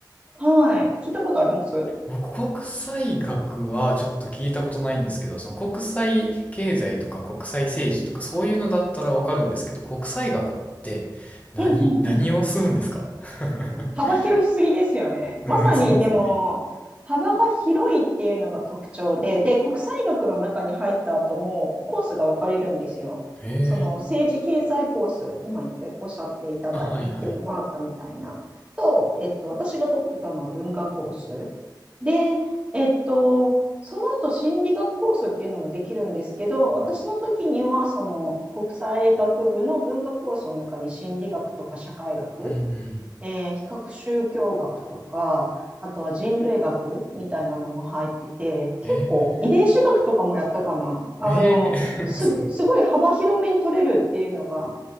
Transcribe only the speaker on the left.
僕、国際学はちょっと聞いたことないんですけど、その国際経済とか国際政治とか、そういうのだったらわかるんですけど、国際学って何、
何をするんですか <laughs>
うん、
そうですね。
えー、
あ、はいはい。
うんうん。
え
ー、え
ー、<laughs> すごい。